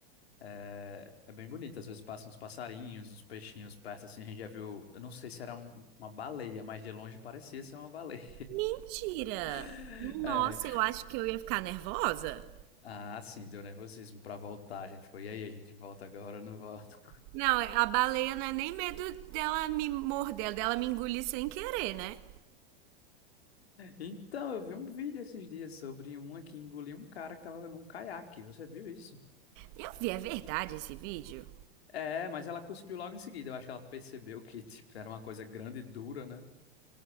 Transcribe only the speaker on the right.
Mentira!
Nossa,
eu acho que eu ia ficar nervosa.
Não, a baleia não é nem medo dela me morder, dela me engolir sem querer, né?
Eu vi, é verdade esse vídeo?